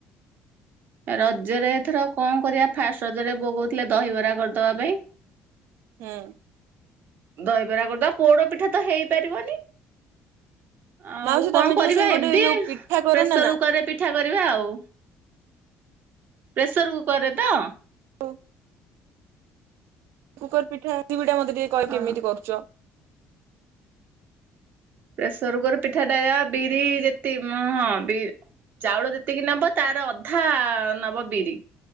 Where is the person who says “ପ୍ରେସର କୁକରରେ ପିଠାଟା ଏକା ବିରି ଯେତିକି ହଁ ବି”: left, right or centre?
Right